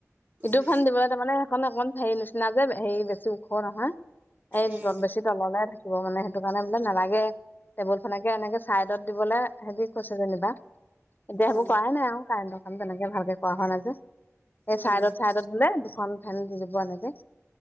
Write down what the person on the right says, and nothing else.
উম
উম
উম
উম